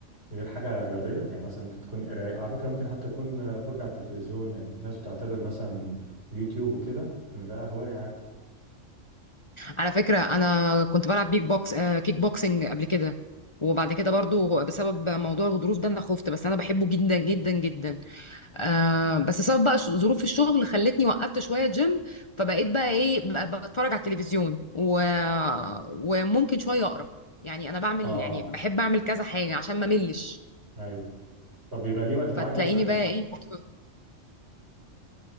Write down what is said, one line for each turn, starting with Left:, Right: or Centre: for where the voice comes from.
Right: غير حاجه رياضيه يعني مثلا ممكن تكون قرايه على فكره ممكن حتى تكون آه، فرجه على التلفزيون يعني في ناس بتعتبر مثلا يوتيوب وكده ان ده هوايه عادي
Left: على فكره انا كنت بلعب بيك بوكس آه كيك بوكسنج قبل كده وبعد كده برضو بسبب موضوع الغضروف ده انا خفت بس انا بحبه جدا جدا جدا آه بس سبب بقى ش- ظروف الشغل خلتني وقفت شويه جيم فبقيت بقى ايه بقى بتفرج على التلفزيون و... وممكن شويه اقرا يعني انا بعمل
Right: اه
Left: يعني بحب اعمل كذا حاجه عشان ما ملش
Right: ايوه طب بيبقى ليه وقت معين
Left: فتلاقيني
Right: مثلا يعني
Left: بقى ايه بتفرج.